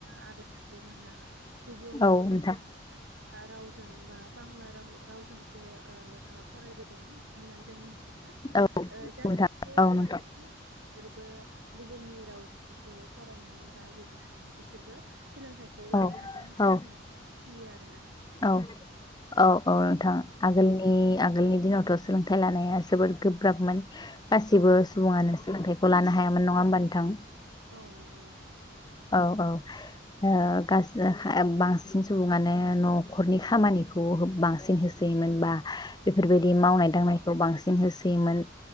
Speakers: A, on the right; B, on the left.
A: आबै- आबौमोनहा गुबुन
B: औ नोंथां
A: रावजों बा बांला राव रावजोंसो लेखा फरायबोदों होननानै जों मिथिया
B: औ
A: जा
B: नोंथां
A: सासे
B: औ
A: फरायनायनि
B: नोंथां
A: बिसोरबो गुबुननि रावसो फरायनानै बा लिरनानै बिसोरबो सोलोंथाइखौ लानो
B: औ
A: हादों होननानै
B: औ
A: जों मिथियो आरो
B: औ -औ -औ नोंथां आगोलनि आगोलनि दिनाव - थ' सोलोंथाइ लानाया जोबोद गोब्राबमोन। गासिबो
A: औ नंगौ
B: सुबङानो सोंलोंथाइ खौ लानो हायामोन, नङा होमबा नोंथां?
A: औ नंगौ नोंथां।
B: औ औ ओ गासो बांसिन सुबुङानो न' खरनि खामानिखौ होब बांसिन होसोयोमोन बा बेफोरबायदि
A: औ
B: मावनाय दांनाय खौ बांसिन होसोयोमोन।